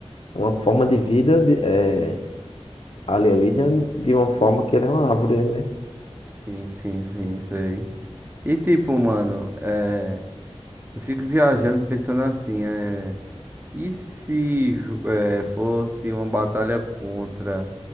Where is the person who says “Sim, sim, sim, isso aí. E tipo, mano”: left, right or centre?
Right